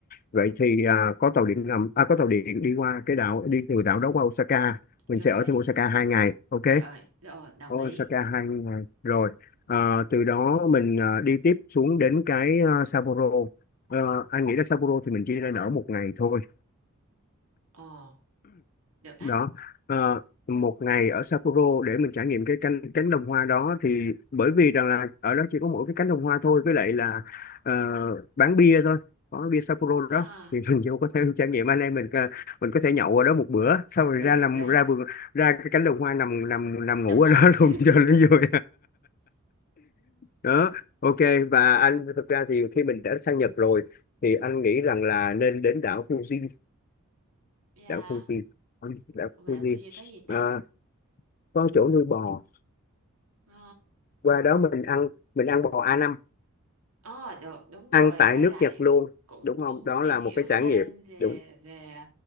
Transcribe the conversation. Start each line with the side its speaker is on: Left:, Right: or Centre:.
Left: vậy thì à, có tàu điện ngầm à có tàu điện đi qua cái đảo đi từ đảo đó qua Osaka mình
Right: rồi
Left: sẽ ở thêm Osaka hai ngày ok
Right: rồi rồi đồng
Left: Osaka
Right: ý
Left: hai ngày rồi Ờ, từ đó mình ờ, đi tiếp xuống đến cái ờ, Sapporo Ờ, anh nghĩ là Sapporo thì mình chỉ nên ở một ngày thôi
Right: Ồ, được á.
Left: đó Ờ, một ngày ở Sapporo để mình trải nghiệm cái cánh cánh đồng hoa đó thì bởi vì rằng là ở đó chỉ có mỗi cái cánh đồng hoa thôi với lại là ờ, bán bia thôi có bia Sapporo
Right: Ờ,
Left: đó thì mình vô có thể <laughs> trải nghiệm anh em mình ờ, mình có thể nhậu ở đó một bữa xong
Right: hợp
Left: rồi
Right: lý,
Left: ra
Right: hợp
Left: nằm
Right: lý.
Left: ra vườn ra cái cánh đồng hoa nằm nằm nằm
Right: Nằm
Left: ngủ
Right: ngủ.
Left: ở đó <laughs> luôn cho
Right: <laughs>
Left: nó vui đó ok và anh thực ra thì khi mình đã sang Nhật rồi thì anh nghĩ rằng là nên đến đảo Fuji
Right: Dạ,
Left: đảo Fuji Ừ, đảo
Right: Mà
Left: Fuji
Right: đảo Fuji có gì ta?
Left: à, có chỗ nuôi bò
Right: Ờ,
Left: qua đó mình ăn mình ăn bò a năm
Right: ờ, được, đúng rồi.
Left: ăn tại
Right: Với
Left: nước
Right: lại
Left: Nhật luôn
Right: cũng
Left: đúng không
Right: cũng muốn
Left: đó
Right: tìm
Left: là
Right: hiểu
Left: một cái trải
Right: thêm
Left: nghiệm
Right: về
Left: đúng
Right: về